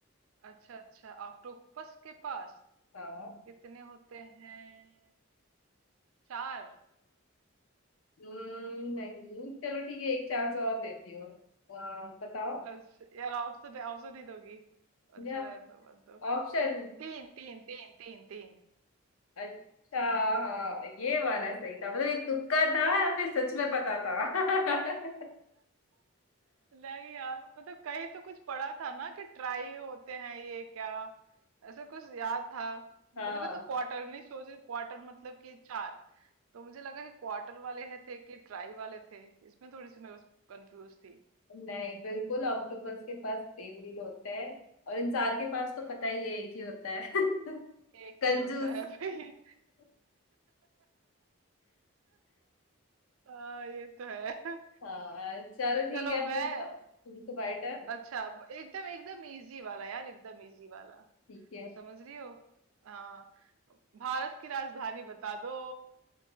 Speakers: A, on the right (about 80°); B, on the left (about 80°).
A: अच्छा अच्छा ऑक्टोपस के पास
B: हाँ
A: कितने होते हैं चार
B: हम्म, नहीं चलो ठीक है एक चांस और देती हूँ आ, बताओ
A: अच्छा, यार ऑप्शन ऑप्शन नहीं दोगी अच्छा
B: या
A: रहने दो मत दो
B: ऑप्शन
A: तीन तीन तीन तीन तीन
B: अच्छा हाँ ये वाला सही था मतलब ये तुक्का था या फिर सच में पता था <laughs>
A: नहीं यार मतलब कहीं तो कुछ पढ़ा था ना कि ट्राई होते हैं ये क्या ऐसा कुछ याद था
B: हाँ
A: पहले मैं तो क्वार्टर नहीं सोच रही क्वार्टर मतलब कि चार तो मुझे लगा कि क्वार्टर वाले है थे कि ट्राई वाले थे इसमें थोड़ी सी मैं कंफ्यूज थी
B: नहीं बिल्कुल ऑक्टोपस के पास तीन दिल होते हैं और इंसान के पास तो
A: हाँ
B: पता ही है, एक ही होता है <laughs>
A: एक
B: कंजूस
A: ही होता है भाई
B: <laughs>
A: हाँ ये तो है
B: हाँ चलो ठीक
A: चलो
B: है आप
A: मैं
B: पूछो तुम्हारी टर्न
A: अच्छा अब एकदम एकदम इजी वाला यार एकदम इजी वाला
B: ठीक है
A: समझ रही हो हाँ भारत की राजधानी बता दो